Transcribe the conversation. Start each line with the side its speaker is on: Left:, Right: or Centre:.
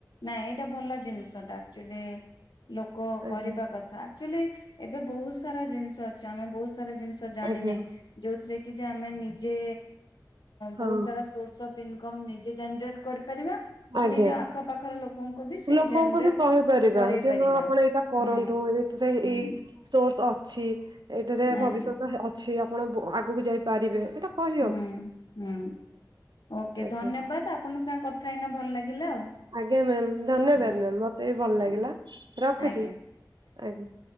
Left: ନାଇଁ ଏଇଟା ଭଲ ଜିନିଷଟା ଆଚୁଆଲି। ଲୋକ
Right: ଆଜ୍ଞା
Left: କରିବା କଥା। ଆକ୍ଚୁଆଲି ଏବେ ବହୁତ ସାରା ଜିନିଷ ଅଛି ଆମେ ବହୁତ ସାରା ଜିନିଷ ଜାଣିନେ।
Right: ଆଜ୍ଞା
Left: ଯୋଉଥିରେ କି ଯେ ଆମେ ନିଜେ
Right: ହଁ
Left: ବହୁତ ସାରା ସୋର୍ସ ଅ ଇନକମ୍ ନିଜେ ଜେନରେଟ୍ କରି ପରିବା, ଆଉ
Right: ଆଜ୍ଞା।
Left: ନିଜ ଆଖପାଖର ଲୋକଙ୍କୁ ବି ସେଇ
Right: ଲୋକଙ୍କୁ
Left: ଜେନେରେଟ
Right: ବି କହିପାରିବା
Left: କରେଇ
Right: ଯେ
Left: ପାରିବା।
Right: ହଁ ଆପଣ ଏଇଟା କରନ୍ତୁ
Left: ହୁଁ
Right: ଏଥିରେ
Left: ହୁଁ
Right: ଏଇ ସୋର୍ସ ଅ ଛି ଏଇଠାରେ
Left: ଆଜ୍ଞା
Right: ଭବିଷ୍ୟତ ଅଛି ଆପଣ ଆଗକୁ ଯାଇପାରିବେ। ଏଇଟା କହି
Left: ହୁଁ ହୁଁ ଓକେ
Right: ଆଜ୍ଞା
Left: ଧନ୍ୟବାଦ ଆପଣଙ୍କ ସାଙ୍ଗେ କଥା ହେଇନା ଭଲ ଲାଗିଲା ଆଉ।
Right: ଆଜ୍ଞା ମ୍ୟାମ୍ ଧନ୍ୟବାଦ
Left: ହୁଁ।
Right: ମ୍ୟାମ୍ ମତେ ବି ଭଲ ଲାଗିଲା
Left: ଆଜ୍ଞା
Right: ରଖୁଚି
Left: ଆଜ୍ଞା
Right: ଆଜ୍ଞା।